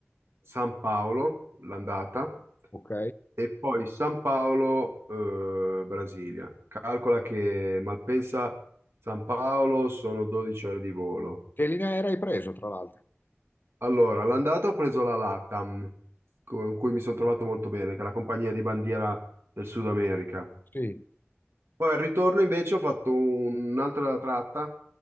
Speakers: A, on the right; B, on the left.
A: San Paolo, l'andata,
B: Ok.
A: e poi San Paolo, eh, Brasilia. Calcola che Malpensa, San Paolo sono 12 ore di volo.
B: Che linea aerea hai preso, tra l'altro?
A: Allora, l'andata ho preso la LATAM, con cui mi sono trovato molto bene, che è la compagnia di bandiera del Sud America.
B: Sì,
A: Poi al ritorno invece ho fatto un'altra tratta